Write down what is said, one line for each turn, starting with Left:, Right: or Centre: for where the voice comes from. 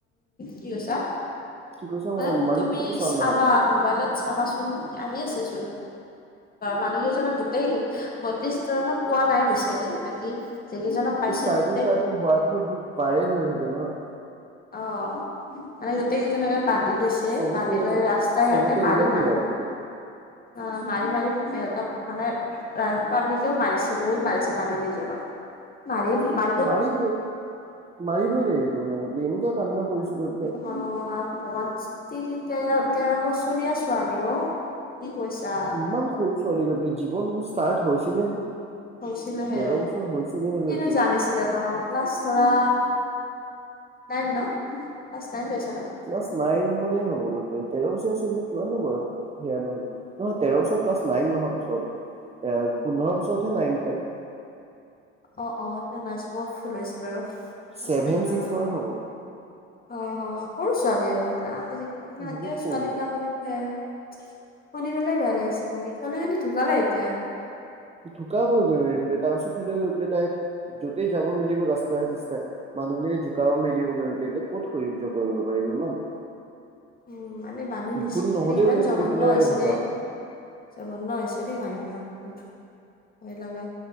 Left: কি কৈছা?
Right: কি কৈছা
Left: মানে
Right: মাজে
Left: তুমি
Right: ফুটুককে চাউণ্ড
Left: চাবা,
Right: নহা নাছিলে
Left: মোবাইলত চাবাচোন। আহি আছে চোন মানুহ কেইজনক গোটেই বদ্ধিশ জনক পোৱা নাই বিচাৰি, বাকী যিকেইজনক পাইছে
Right: এই ষ্টাৰ্টিং
Left: গোটেই
Right: ষ্টাৰ্টিং হোৱাৰ পিছত বহুত বাইৰেল হৈ থাকে নহয়?
Left: অ', মানে গোতে তেনেকে বান্ধি লৈছে,
Right: চবতে
Left: বান্ধি লৈ ৰাস্তাই
Right: চবতে
Left: ঘাটে মাৰি
Right: এইবিলাকে
Left: মান
Right: ওলাই থাকে
Left: অ', মাৰি-মাৰি সিহঁতক মানে পাব্লিকেও মাৰিছে বহুত মাৰিছে মানুহ কেইজনক। মাৰি মাত
Right: মাৰিবই, মাৰিবই লাগিব <unintelligible> কাণ্ড কৰিছে গৈ পেলাই।
Left: অ', মা-মা ভগৱান তিনি তেৰ'-তেৰ' বছৰীয়া ছোৱালী অ'। কি কৈছা?
Right: ইমান সৰু ছোৱালী, <unintelligible> জীৱন ষ্টাৰ্ট হৈছিলেহে।
Left: হৈছিলোহে।
Right: তেৰ' বছৰ হৈছিলেহে
Left: কিনো
Right: <unintelligible>
Left: জানিছিলে ক্লাছ ধৰা, নাইন নহ? ক্লাছ নাইন পাইছে নহ?
Right: ক্লাছ নাইন মানে হ'বগৈ, তেৰ' বছৰীয়া ছোৱালী কিমাননো বয়স হব। সেয়া নহয়, তেৰ' বছৰত ক্লাছ নাইন নহয় চৰী আ পোন্ধৰ বছৰতহে নাইন পায়।
Left: অ', অ', নাইচ মই ভুল হৈছে বাৰু, ক্লাছ
Right: ছেভেন
Left: নাইন নহয়।
Right: ছিক্স মানত হ'ব
Left: অ', অ', সৰু ছোৱালী আৰু মানে, আজিকালি মানে আজিৰ
Right: বহুত সৰু
Left: ছোৱালী বিলাক এনেকুৱাই আৰু। শুনি পেলাই বেয়া লাগিছে মোৰ, ছোৱালী জনী ঢুকালে এতিয়া।
Right: ঢুকাবগৈ, তাৰ পিছত মেলি পেলাই তাই য'তেই যাব মেলিব ৰাস্তাই চাস্তাই মানুহবিলাকে জোকাব মেলিব ক'ত সহ্য কৰিব পাৰিব ইমান?
Left: উম, মানে মানুহ নিচ
Right: ভুল নহ'লেও
Left: মানে ইমান
Right: গৈ
Left: জঘণ্য
Right: মেলি পেলাই
Left: হৈছে
Right: ঢুকাব
Left: নে? জঘন্য হৈছে দেই মানুহ বিলাক, বহুত ভয় লগা